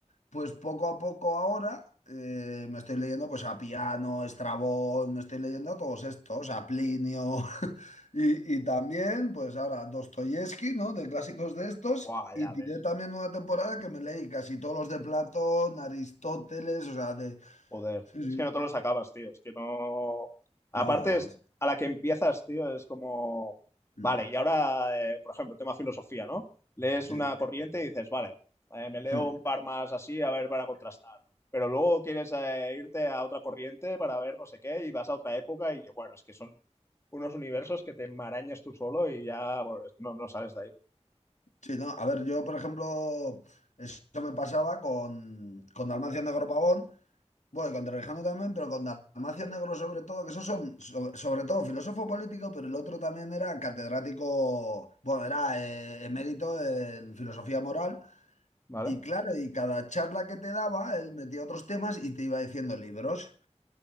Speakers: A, on the left (about 80°); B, on the left (about 25°).
A: pues poco a poco ahora eh, me estoy leyendo pues a Piano, Estrabón, me estoy leyendo a todos estos, a Plinio <laughs> y, y también pues ahora Dostoyevsky, ¿no? De clásicos de estos
B: Guau,
A: y
B: ya
A: tiré
B: ves.
A: también una temporada que me leí casi todos los de Platón, Aristóteles, o sea, de...
B: Joder,
A: Sí, sí.
B: es que no te los acabas, tío. Es que no. Aparte,
A: No, es-
B: es, a la que empiezas, tío, es como.
A: mm,
B: Vale, y ahora, eh, por ejemplo, tema filosofía, ¿no? Lees
A: sí.
B: una corriente y dices, vale, eh, me leo
A: <laughs>
B: un par más así, a ver, para contrastar. Pero luego quieres eh, irte a otra corriente para ver no sé qué y vas a otra época y bueno, es que son unos universos que te enmarañas tú solo y ya bueno, es- no, no sales de ahí.
A: Sí, no, a ver, yo por ejemplo, eso me pasaba con, con Dalmacio Negro Pavón, Bueno, con Trevijano también, pero con Dalmacio Negro sobre todo, que esos son sobre, sobre todo filósofo político, pero el otro también era catedrático, bueno, era eh, emérito en filosofía moral.
B: ¿Vale?
A: Y claro, y cada charla que te daba, él metía otros temas y te iba diciendo libros.